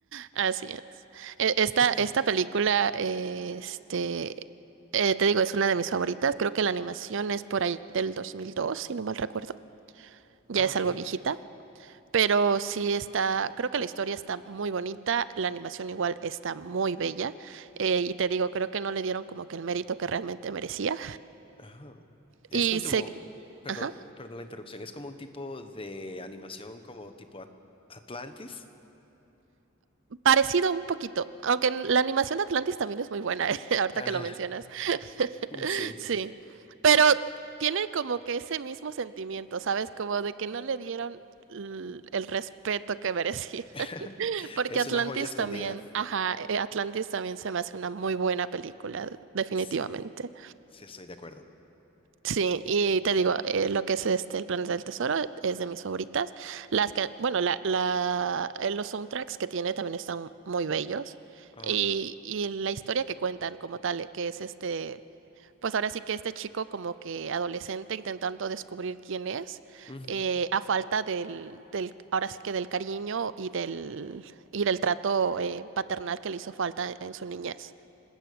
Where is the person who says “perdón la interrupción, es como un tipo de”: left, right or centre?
Left